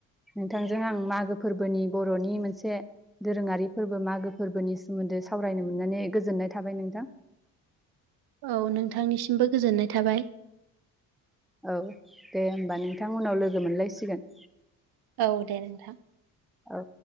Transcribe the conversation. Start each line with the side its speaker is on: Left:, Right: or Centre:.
Centre: नोंथांजों आं मागो फोरबोनि बर'नि मोनसे दोरोङारि फोरबो मागो फोरबोनि सोमोन्दै सावरायनो मोननानै गोजोननाय थाबाय नोंथां
Right: औ नोंथांनिसिमबो गोजोननाय थाबाय।
Centre: औ दे होमबा नोंथां उनाव लोगो मोनलायसिगोन।
Right: औ दे नोंथां।
Centre: औ।